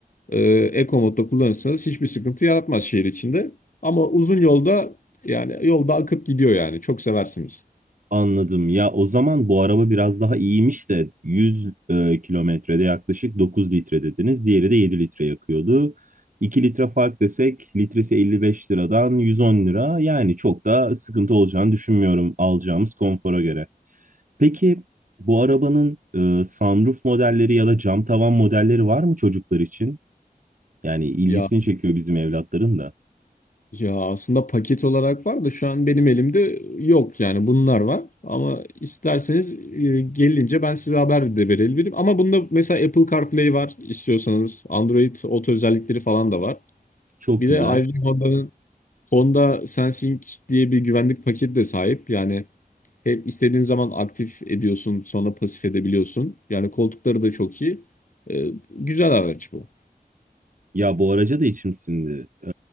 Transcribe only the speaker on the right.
Anladım. Ya o zaman bu araba biraz daha iyiymiş de 100 e, kilometrede yaklaşık 9 litre dediniz. Diğeri de 7 litre yakıyordu. 2 litre fark desek litresi 55 liradan 110 lira. Yani çok da sıkıntı olacağını düşünmüyorum alacağımız konfora göre. Peki bu arabanın e, sunroof modelleri ya da cam tavan modelleri var mı çocuklar için? Yani ilgisini
çekiyor bizim evlatların da.
Çok
güzel.
Ya bu araca da içim sindi. Ee,